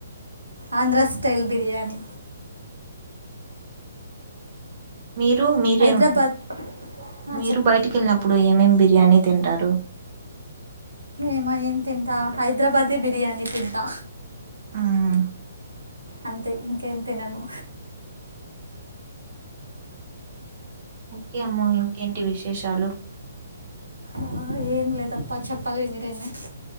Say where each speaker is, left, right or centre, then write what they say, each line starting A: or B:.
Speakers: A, on the right; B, on the right.
A: ఆంధ్ర స్టల్ బిర్యానీ
B: మీరు మీరేం
A: హైదరాబాద్ ఆ,
B: మీరు
A: చెప్
B: బయటికి వెళ్ళినప్ ఇప్పుడు ఏమేమి బిర్యానీ తింటారు
A: ఏమయి తింటా హైదరాబాద్ బిర్యానీ తింటా
B: ఉమ్,
A: అంతే ఇంకేం తినను
B: ఓకే అమ్మ ఇంకేంటి విశేషాలు
A: ఆ, ఏం లేదప్ప చెప్పాలి మీరేమీ